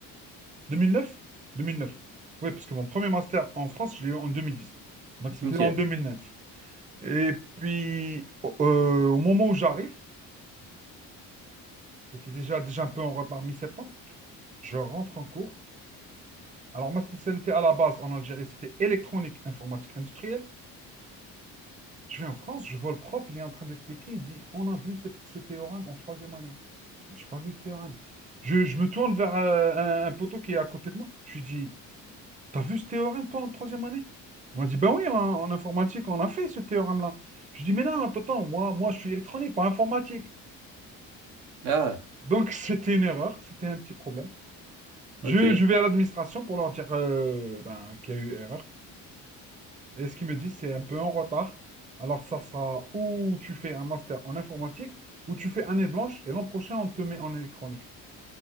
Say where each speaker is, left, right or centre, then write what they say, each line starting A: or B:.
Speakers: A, on the right; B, on the right.
A: 2009? 2009. Oui, parce que mon premier master en France, je l'ai eu en 2010. Donc, c'était
B: ok.
A: en 2009. Et puis, au euh, au moment où j'arrive, c'était déjà, déjà un peu en retard mi-septembre, je rentre en cours. Alors, ma spécialité à la base en Algérie, c'était électronique, informatique industrielle. Je vais en France, je vois le prof, il est en train d'expliquer, il dit, on a vu cette- ce théorème en troisième année. Moi, je n'ai pas vu ce théorème. Je, je me tourne vers euh, un, un poteau qui est à côté de moi. Je lui dis, T'as vu ce théorème, toi, en troisième année? Il m'a dit, ben oui, en, en informatique, on a fait ce théorème-là. Je dis, mais non, attends, attends, moi, moi, je suis électronique, pas informatique.
B: Ah,
A: Donc, <laughs> c'était une erreur, c'était un petit problème.
B: ok,
A: Je, je vais à l'administration pour leur dire euh, ben, qu'il y a eu erreur. Et ce qu'ils me disent, c'est un peu en retard. Alors, ça sera ou tu fais un master en informatique, ou tu fais année blanche, et l'an prochain, on te met en électronique.